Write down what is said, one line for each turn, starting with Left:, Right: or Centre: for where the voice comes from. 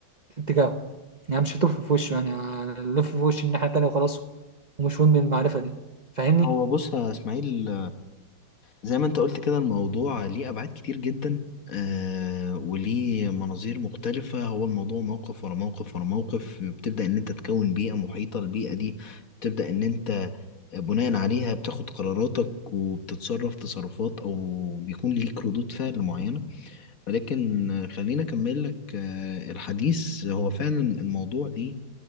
Right: اتجاهه يعني مش هتلف في وشه يعني ألف في وشي الناحيه التانيه وخلاص ومش مهم المعرفه دي فاهمني
Left: هو بص يا إسماعيل زي ما انت قلت كده الموضوع ليه ابعاد كتير جدا آه وليه مناظير مختلفة هو الموضوع موقف ورا موقف ورا موقف بتبدأ ان انت تكون بيئة محيطة البيئة دي بتبدأ ان انت بناء عليها بتاخد قراراتك وبتتصرف تصرفات او بيكون ليك ردود فعل معينة ولكن آه، خليني اكمل لك آه الحديث هو فعلا الموضوع ليه